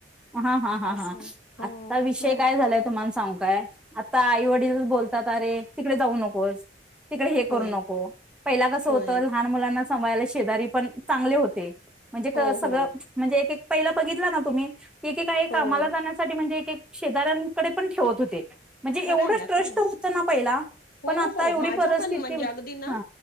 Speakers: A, in the centre; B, on the left.
A: हा ह हा
B: असं
A: हा
B: हो
A: आता
B: हम्म
A: विषय काय झालाय तुम सांगू काय आता आई वडीललाच बोलतात अरे तिकडे जाऊ नकोस. तिकडे हे
B: होय
A: करू नको पहिला कसं
B: होय
A: होतं लहान मुलांनाच समयला शेजारी पण चांगले होते. म्हणजे
B: हो
A: क सगळं
B: हो
A: म्हणजे एक एक पहिलं बघितला ना तुम्ही? एके काळी
B: हो
A: कामाला जाण्यासाठी म्हणजे एक एक शेजऱ्यांकडे पण ठेवत होते. म्हणजे
B: खरंय
A: एवढं
B: ना
A: ट्रस्ट
B: खरंय
A: होतं ना पहिला
B: हो
A: पण आता
B: हो
A: एवढी
B: माझ्या
A: परिस्थिती
B: पण म्हणजे अगदी ना
A: हा